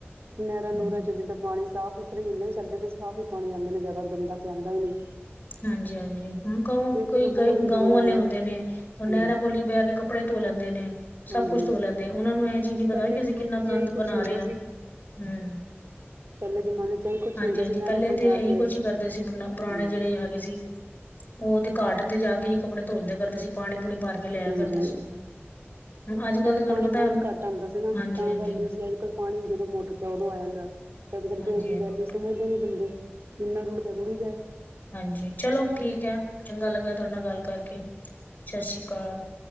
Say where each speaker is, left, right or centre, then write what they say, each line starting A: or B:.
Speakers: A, on the right; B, on the left.
A: ਨੈਰਾਂ
B: ਹੂੰ,
A: ਨੂਰਾਂ ਚ ਜਿੱਦਾਂ ਪਾਣੀ ਸਾਫ਼ ਸੁਥਰੇ ਈ ਹੁੰਦੇ ਨੇ, ਸਾਡੇ ਤੇ ਸਾਫ ਈ ਪਾਣੀ ਆਂਦੇ ਨੇ, ਜੈਦਾ ਗੰਦਾ ਤੇ ਆਂਦਾ ਈ ਨੀ।
B: ਹਾਂਜੀ-ਹਾਂਜੀ ਹੁਣ ਕ ਕੋਈ
A: ਇੱਕ ਬੂੰਦ
B: ਗ ਗਾਵਂ
A: ਜ਼ਰੂਰੀ
B: ਵਾਲੇ
A: ਹੈ
B: ਹੁੰਦੇ ਨੇ। ਔ ਨੈਰਾਂ
A: ਹਾਂਜੀ
B: ਕੋਲ ਈ ਬੈ ਕੇ, ਕੱਪੜੇ ਧੋ ਲੈਂਦੇ ਨੇ।
A: ਹਾਂਜੀ
B: ਸਭ ਕੁੱਛ
A: ਹਾਂਜੀ
B: ਧੋ ਲੈਂਦੇ, ਉਹਨਾਂ ਨੂੰ ਇਹ ਚੀਜ਼ ਨੀ ਪਤਾ
A: ਪਹਿਲੇ
B: ਕਿ
A: ਜ਼ਮਾਨੇ
B: ਅਸੀਂ ਕਿੰਨਾ
A: ਚ
B: ਗੰ
A: ਇਹੀ ਕੁਛ
B: ਬਣਾ
A: ਹੁੰਦਾ
B: ਰੇ ਆ,
A: ਸੀ
B: ਹੂੰ।
A: ਪਹਿਲੇ ਜ਼ਮਾਨੇ ਚ ਇਹੀ ਕੁਛ
B: ਹਾਂਜੀ-ਹਾਂਜੀ,
A: ਹੁੰਦਾ ਸੀ ਨਹਿਰਾਂ
B: ਪਹਿਲੇ
A: ਕੋਲ ਜਾ
B: ਤਾਂ
A: ਕੇ
B: ਇਹੀ ਕੁਛ ਈ ਕਰਦੇ ਸੀ ਪੁਰਾਣੇ
A: ਹਾਂਜੀ
B: ਜੇੜੇ ਅਸੀ, ਉਹ ਤੇ ਘਾਟ ਤੇ ਜਾ ਕੇ ਹੀ ਕੱਪੜੇ ਧੋਂਦੇ ਕਰਦੇ ਸੀ, ਪਾਣੀ ਪੂਣੀ ਭਰ ਕੇ ਲਿਆਇਆ
A: ਹਾਂਜੀ,
B: ਕਰਦੇ
A: ਹਾਂਜੀ,
B: ਸੀ। ਹੁਣ ਅੱਜ ਕੱਲ੍ਹ
A: ਪਹਿਲੇ
B: ਤਾਂ ਤੁਹਾਨੂੰ
A: ਪਾਣੀ
B: ਪਤਾ
A: ਬਹੁਤ ਘੱਟ ਆਂਦਾ ਸੀ ਨਾ,
B: ਹਾਂਜੀ-ਹਾਂਜੀ,
A: ਤਾਂ ਵੈਲਊ ਸੀ ਅੱਜ ਕੱਲ ਪਾਣੀ ਜਦੋਂ ਮੋਟਰ ਚਾਓ ਉਦੋਂ ਆ ਜਾਂਦਾ, ਤਦ ਕਰਕੇ
B: ਹਾਂਜੀ-ਹਾਂਜੀ।
A: ਇਹਂਦੀ ਵੈਲਊ ਸਮਝਦੇ ਨੀ ਬੰਦੇ। ਜਿੰਨਾ ਰੁੜਦਾ ਰੁੜੀ ਜਾਏ।
B: ਹਾਂਜੀ ਚਲੋ
A: ਕਿ ਨਹੀਂ
B: ਠੀਕ ਐ, ਚੰਗਾ ਲੱਗਿਆ ਤੁਆਡੇ ਨਾਲ ਗੱਲ ਕਰਕੇ, ਸਤਿ ਸ੍ਰੀ ਅਕਾਲ।